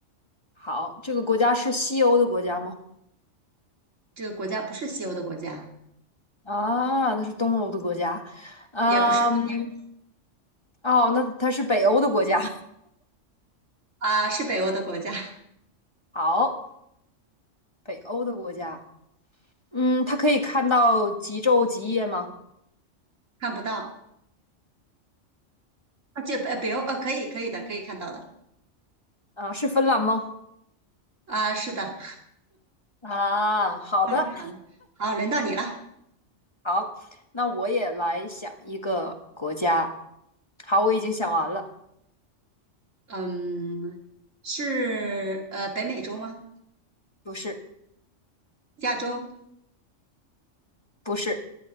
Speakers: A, on the left; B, on the right.
A: 好，这个国家是西欧的国家吗？
B: 这个国家不是西欧的国家，
A: 啊，那是东欧的国家。嗯，
B: 也不是东
A: 哦，那它是北欧的国家。
B: 啊、是北欧的国家。
A: 好，北欧的国家，嗯，他可以看到极昼极夜吗？
B: 看不到啊，这北北欧呃，可以可以的，可以看到的
A: 啊，是芬兰吗？
B: 啊，是的，
A: 啊，好的，
B: 那挺好的。好，轮到你了，
A: 好，那我也来想一个国家。好，我已经想完了，
B: 嗯，是呃北美洲吗？
A: 不是，
B: 亚洲、
A: 不是，